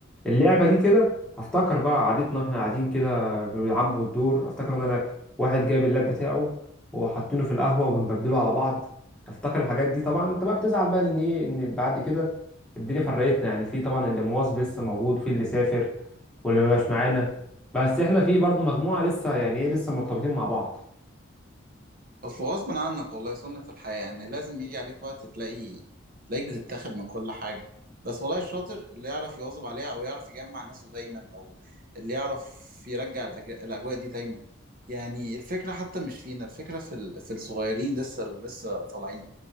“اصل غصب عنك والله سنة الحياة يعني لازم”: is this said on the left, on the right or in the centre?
Right